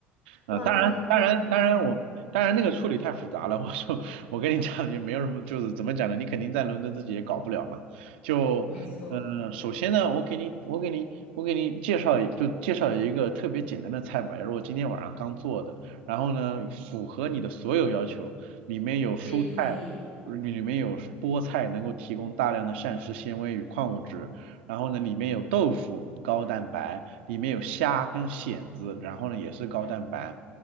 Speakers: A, on the right; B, on the left.
A: 嗯，
B: 哇，
A: 当然，
B: 那那可能是
A: 当然，当然我，当然那个处理太复杂了。<laughs> 我说，我跟你讲，也没有什么，就是怎么讲呢？你肯定在伦敦自己也搞不了嘛。就，
B: 没错，
A: 嗯，首先呢，我给你，我给你，我给你介绍一，就介绍一个特别简单的菜吧，也是我今天晚上刚做的。然后呢，符合你的所有要求，里面有蔬菜，
B: 可以可以。
A: 里面有菠菜，能够提供大量的膳食纤维与矿物质。然后呢，里面有豆腐，高蛋白，里面有虾跟蚬子，然后呢也是高蛋白，